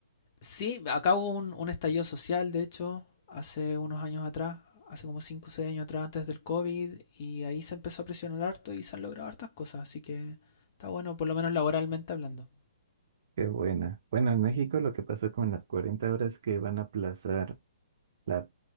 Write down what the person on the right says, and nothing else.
Qué buena. Bueno, en México lo que pasó con las 40 horas que van a aplazar la